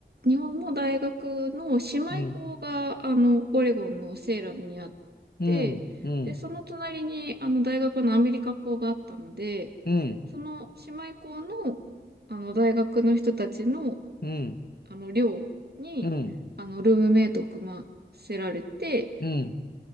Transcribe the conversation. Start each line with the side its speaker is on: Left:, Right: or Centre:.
Right: 日本の大学の姉妹校が、
Left: うん、
Right: あの、オレゴンのセーラムにあっ
Left: うん、
Right: て、
Left: うん、
Right: で、その隣に、あの、大学のアメリカ校があったので、
Left: うん、
Right: その姉妹校の、あの、大学の人たちの、
Left: うん、
Right: あの、寮に、
Left: うん、
Right: あの、ルームメイトを組ませられて、
Left: うん。